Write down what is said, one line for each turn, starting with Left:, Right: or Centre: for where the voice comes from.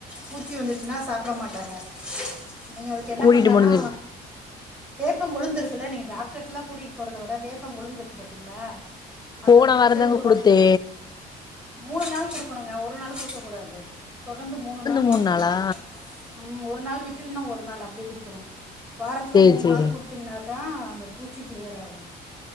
Centre: பூச்சி வந்துருச்சுன்னா சாப்ட மாட்டாங்க நீங்க அதுக்கு என்ன
Left: கூட்டிட்டு
Centre: பண்லானா
Left: போனது
Centre: வேப்ப கொளுந்துருக்குல்ல நீங்க டாக்டர்டல்லா கூட்டிட்டு போறத விட வேப்ப கொளுந்திருக்கு பாத்தீங்ளா அது
Left: போன
Centre: மஞ்சத்தூளோட
Left: வாரந்தாங்க குடுத்தே
Centre: மூணு நாள் கொடுக்கணுங்க ஒரு நாள் கொடுக்க கூடாது தொடர்ந்து மூணு நாள் கொடுக்கணு
Left: மூண் நாளா
Centre: ம் ஒரு நாள் விட்டு இல்லன்னா ஒரு நாள் அப்டி கொடுக்கணு வாரத்தில
Left: சேரி
Centre: மூணு
Left: சேரி
Centre: நாள் குடுத்தீங்கனா தா அந்த பூச்சி கிளியர் ஆகு